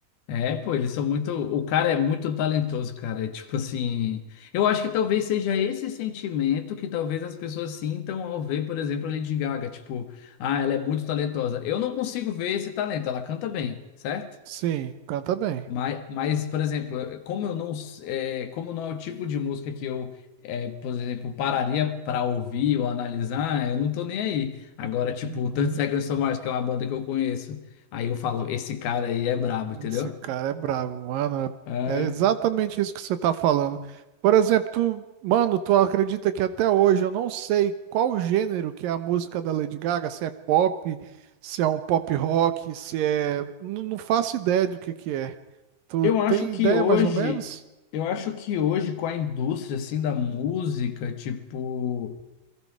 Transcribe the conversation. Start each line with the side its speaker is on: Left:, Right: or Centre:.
Left: é, pô, eles são muito, o cara é muito talentoso, cara, é tipo assim, eu acho que talvez seja esse sentimento que talvez as pessoas sintam ao ver, por exemplo, a Lady Gaga, tipo, ah, ela é muito talentosa. Eu não consigo ver esse talento, ela canta bem, certo?
Right: Sim, canta bem.
Left: Mas, mas, por exemplo, como eu não, s- é, como não é o tipo de música que eu, é, por exemplo, pararia para ouvir ou analisar, eu não tô nem aí. Agora, tipo,
Right: Uhum.
Left: 30 Seconds to Mars, que é uma banda que eu conheço, aí eu falo, esse cara aí é brabo, entendeu?
Right: Esse cara é bravo, mano.
Left: É,
Right: É exatamente isso que você tá falando. Por exemplo, tu, mano, tu acredita que até hoje eu não sei qual o gênero que é a música da Lady Gaga, se é pop, se é um pop rock, se é. Não, não faço ideia do que que é. Tu
Left: Eu
Right: tem
Left: acho que
Right: ideia
Left: hoje,
Right: mais ou menos?
Left: eu acho que hoje com a indústria assim da música, tipo